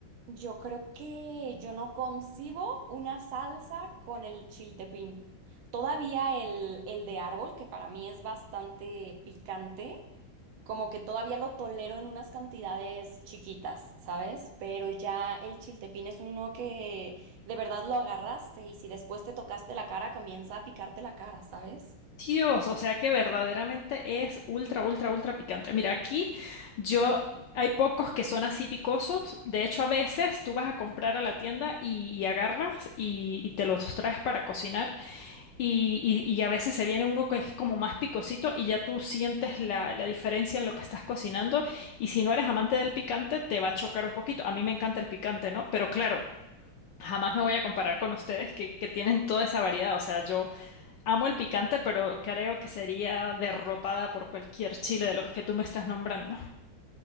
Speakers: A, on the right (about 80°); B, on the left (about 70°).
A: Yo creo que yo no concibo una salsa con el chiltepín. Todavía el, el de árbol, que para mí es bastante picante, como que todavía lo tolero en unas cantidades chiquitas, ¿sabes? Pero ya el chiltepín es uno que de verdad lo agarraste y si después te tocaste la cara, comienza a picarte la cara, ¿sabes?
B: Dios, o sea que verdaderamente es ultra, ultra, ultra picante. Mira, aquí yo, hay pocos que son así picosos. De hecho, a veces tú vas a comprar a la tienda y, y agarras y y te los traes para cocinar. Y, y- y a veces se viene uno que es como más picosito y ya tú sientes la, la diferencia en lo que estás cocinando. Y si no eres amante del picante, te va a chocar un poquito. A mí me encanta el picante, ¿no? Pero claro, jamás me voy a comparar con ustedes que, que tienen toda esa variedad. O sea, yo amo el picante, pero creo que sería derrotada por cualquier chile de los que tú me estás nombrando.